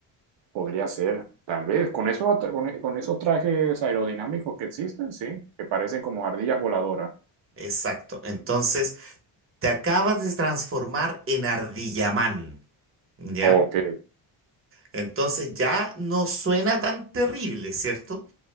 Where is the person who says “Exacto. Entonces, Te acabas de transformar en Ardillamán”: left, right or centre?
Right